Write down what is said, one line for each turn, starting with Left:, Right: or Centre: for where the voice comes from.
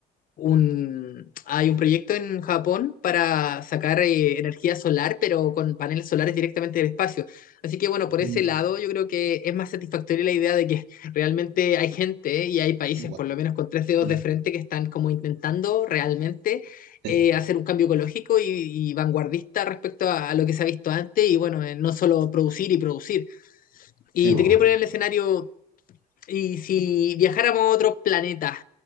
Left: un, hay un proyecto en Japón para sacar eh, energía solar, pero con paneles solares directamente del espacio. Así que bueno, por
Right: Mm,
Left: ese lado yo creo que es más satisfactoria la idea de que <laughs> realmente hay gente eh, y hay países,
Right: Igual.
Left: por lo menos con tres dedos
Right: ah,
Left: de frente, que están como intentando realmente
Right: Sí,
Left: eh, hacer un cambio ecológico y, y vanguardista respecto a, a lo que se ha visto antes y bueno, eh, no solo producir y producir. Y
Right: sí, bueno,
Left: te quería poner el escenario y si viajáramos a otro planeta,